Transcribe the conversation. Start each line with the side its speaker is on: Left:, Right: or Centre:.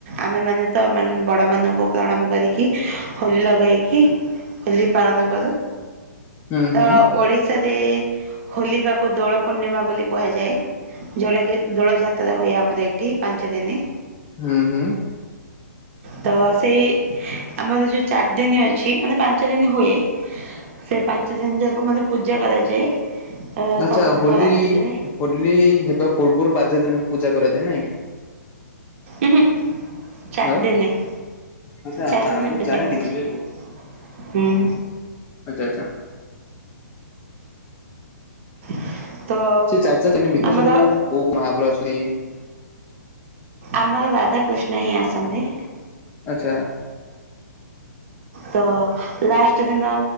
Right: ଆମେମାନେ ତାନେ ବଡ଼ମାନଙ୍କୁ ପ୍ରଣାମ କରିକି। ହୋଲି ଲଗେଇକି ହୋଲି ପାଳନ କରୁ।
Left: ହୁଁ ହୁଁ
Right: ତ ଓଡ଼ି ରେ ହୋଲିକାକୁ ଦୋଳ ପୂର୍ଣ୍ଣିମା ବୋଲି କୁହାଯାଏ। ଯୋଉଟା କିି ଦୋଳ ଯାତ୍ରା ହୁଏ ଆମର ଏଇଠି ପାଞ୍ଚ ଦିନ।
Left: ହୁଁ ହୁଁ।
Right: ତ ସେଇ ଆମର ଯୋଉ ଚାରି ଦିନ ଅଛି ମାନେ ପାଞ୍ଚ ଦିନ ହୁଏ। ସେ ପାଞ୍ଚ ଦିନ ଯାକ ମାନେ ପୂଜା କରାଯାଏ।
Left: ଆଚ୍ଛା
Right: ସବୁଦିନ
Left: ହୋଲି
Right: ରାତିରେ
Left: ହୋଲି ହେବା ପୂର୍ବରୁ ପାଞ୍ଚ ଦିନ ପୂଜା କରାଯାଏ ନାଇଁ।
Right: ଉଁ ହୁଁ ଚାରଦିନି।
Left: ଆଉ ଆଚ୍ଛା
Right: ଚାରି
Left: ତା ଆଗରୁ
Right: ଦିନ ପୂଜା
Left: ଚାରି
Right: କରାଯାଏ।
Left: ଦିନ ହୁଏ ସବୁ
Right: ହୁଁ।
Left: ଆଚ୍ଛା ଆଚ୍ଛା
Right: <unintelligible> ତ
Left: ସେ ଚାରି ଚାରି ଦିନ ଭିତରେ
Right: ଆମର
Left: ସବୁ କୋଉ ମହାବଳାଶୁରି
Right: ଆମର ରାଧାକୃଷ୍ଣ ହିଁ ଆସନ୍ତି।
Left: ଆଚ୍ଛା।
Right: ତ ଲାଷ୍ଟ ଦିନ